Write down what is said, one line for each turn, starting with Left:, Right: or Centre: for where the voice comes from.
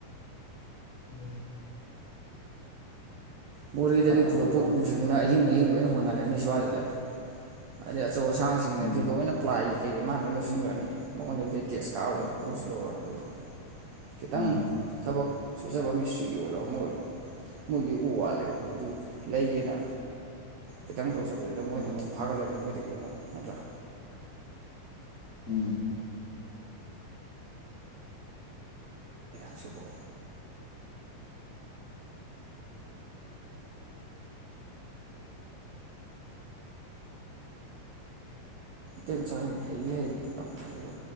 Left: <inaudible>
Right: ꯃꯣꯔꯦꯗꯒꯤ
Left: ꯐꯛ ꯉꯥꯛꯇ
Right: ꯄꯨꯔꯛꯄ
Left: ꯇꯧ
Right: ꯎꯁꯤꯡꯗꯨꯅ ꯑꯍꯤꯡ ꯑꯍꯤꯡ ꯂꯣꯏ ꯑꯣꯏꯅ ꯍꯣꯟꯅꯜꯂꯅꯤ ꯁ꯭ꯋꯥꯏꯁꯤꯗ ꯑꯗꯩ ꯑꯆꯧ ꯑꯁꯥꯡꯁꯤꯡꯅꯗꯤ
Left: ꯎꯝ
Right: ꯂꯣꯏꯅ ꯄ꯭ꯂꯥꯏ ꯀꯩꯀ ꯃꯥꯅ ꯂꯣꯏꯅ ꯂꯧꯁꯤꯟꯈ꯭ꯔꯅꯤ ꯃꯉꯣꯟꯗꯗꯤ ꯇꯦꯁ ꯀꯥꯔꯦ
Left: ꯎꯝ
Right: ꯂꯧꯁꯨ ꯂꯧꯔꯦ ꯑꯗꯨꯒ ꯈꯤꯇꯪ
Left: ꯎꯝ
Right: ꯊꯕꯛ ꯁꯨꯖꯕ ꯃꯤꯁꯇ꯭ꯔꯤꯒꯤ ꯑꯣꯏꯔꯣ ꯑꯃ ꯑꯣꯏꯔꯣ ꯃꯣꯏꯒꯤ ꯎ ꯋꯥꯜꯂꯦ ꯎꯗꯨ ꯂꯩꯒꯦꯅ ꯈꯤꯇꯪ ꯇꯧꯖꯄꯗꯨꯗ ꯃꯣꯏꯅ
Left: ꯎꯝ
Right: ꯑꯃꯨꯛ ꯐꯥꯒꯠꯂꯅꯤ ꯃꯣꯏꯗꯒꯤ ꯑꯃꯨꯛ ꯅꯠꯇ꯭ꯔꯥ
Left: ꯎꯝ
Right: ꯑꯁꯕ ꯑꯇꯦꯝꯅ ꯆꯥꯅꯤꯡꯅꯤ ꯍꯩꯗꯤ ꯍꯩꯕꯅꯤ ꯇꯝꯕꯗ ꯑꯗꯨ